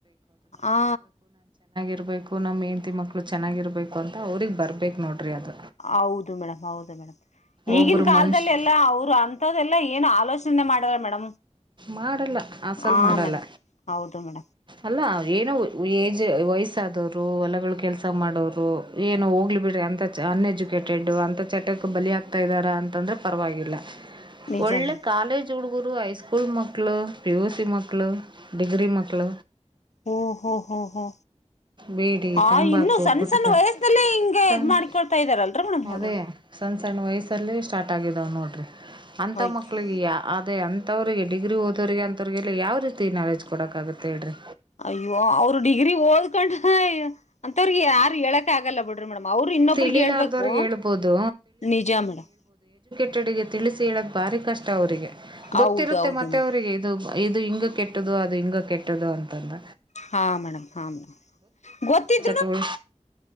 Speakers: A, on the left; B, on the right.
A: ಆ
B: ಇರ್ಬೇಕು ನಮ್ ಹೆಂಡತಿ ಮಕ್ಕಳು ಚೆನ್ನಾಗಿರ್ಬೇಕು ಅಂತ ಅವ್ರಗ್ ಬರ್ಬೇಕು ನೋಡ್ರಿ ಅದು
A: ಹೌದು ಮೇಡ್ ಹೌದು ಮೇಡ ಈಗಿನ
B: ಒಬ್ಬರು
A: ಕಾಲದಲ್ಲಿ
B: ಮನುಷ್ಯ
A: ಎಲ್ಲಾ ಅವರು ಅಂಂತ್ದಲ್ಲಾ ಏನು ಆಲೋಚನೆ ಮಾಡಾರ ಮೇಡ
B: ಮಾಡಲ್ಲ ಅಸಲು
A: ಹ
B: ಮಾಡಲ್ಲ
A: ಮೇಡ ಹೌದು ಮೇ
B: ಅಲ್ಲ ಏನೋ ಏಜ್ ವಯಸ್ಸಾದವರು ಹೊಲಗಳು ಕೆಲಸ ಮಾಡೋರು ಏನೋ ಹೋಗ್ಲಿ ಬಿಡ್ರಿ ಅಂತ ಅನ್ಎಜುಕೇಟೆಡ್ಡು ಅಂತಥ ಚಟ್ಟಕ್ಕೆ ಬಲಿಿಯಾಗಗ್ತಾ ಇದ್ದಾರಾ ಅಂತಂದರೆೆ ಪರವಾಗಿಲ್ಲ
A: ನಿಜ
B: ಒಳ್ಳೆ
A: ಮೇಡಮ್
B: ಕಾಲೇಜ್ ಉುಡುಗುರು ಹೈಸ್ಕೂಲ್ ಸ್ಕೂಲ್ ಮೋಕ್ಕಳ ಪಿ ಯು ಸಿ ಮೋಕ್ಕಳ ಡಿಗ್ರಿ ಮೋಕ್ಕಳ
A: ಓ ಹೋ ಹೋ ಹೋ
B: ಬೀಡಿ
A: ಆ
B: ತಂಬಾಕು
A: ಇನ್ನು ಸಣ್ಣ
B: ಗುಟ್ಕಾ
A: ಸಣ್ಣ ವಯಸ್ಲ್ಲಿ ಹಿಂಗೆ
B: ಸಣ್ಣ
A: ಇದ್ ಮಾಡ್ಕ ಕೊಡ್ತಾ ಇದ್ದಾರಲ್ರ ಮಡಮ್
B: ಅದೇ
A: ಅವ್ರು
B: ಸಣ್ಣ ಸಣ್ಣ ವಯಸ್ಸಲ್ಲಿ ಸ್ಟಾರ್ಟ್ ಆಗಿದ್ದಾವೆ ನೋಡಿರಿ ಅಂತ
A: ಅಯ್ಯೋ
B: ಮಕ್ಕಳಿಗೆ ಅೇ ಅಂತ ಅಂತವ್ರರಿಗೆ ಡಿ್ರಿಓದೋ್ರರಿಗೆ ಅಂತವ್ರರಿಗೆಲ್ಲ ಯಾವ ರೀತಿ ನಾಲೆಜ್ ಕೊಡಕ್ಕ ಆಾಗುತ್ತೆ ಹೇಳ್ರಿ
A: ಅಯ್ಯೋ ಅವರು ಡಿಗ್ರಿ ಓದ್ಕೊಂಡ ಅಂತವ್ರಿಗೆ ಯಾರು ಹೇಳಕ ಆಗಲ್ಲ ಬಿಡ್ರಿ ಮೇಡಮ್ ಅವರು ಇನ್ನೊಬ್ರಿಗೆ
B: ತಿಳಿಲಾರ್ದವ್ರಿಗೆ
A: ಹೇಳ್ಬೇಕು
B: ಹೇಳ್ಬೋದು
A: ನಿಜ ಮೇಡಮ್
B: ಕಡಿಗೆ ತಿಳಿಸಿ ಹೇಳದ ಭಾರಿ ಕಷ್ಟ ಅವರಿಗೆ
A: ಹೌದು
B: ಗೊತ್ತಿರುತ್ತೆ
A: ಹೌದು
B: ಮತ್ತೆ
A: ಮೇಡಮ್
B: ಅವರಿಗೆ ಇದು ಇದು ಹಿಂಗ ಕೆಟ್ಟದ್ದ ಅದು ಹಿಂಗ ಕೆಟ್ಟದು ಅಂತಂದ
A: ಹಾ ಮೇಡಮ್ ಹಾ ಮೇಡ್ ಗೊತ್ತತ್ತು
B: ಟುವಿ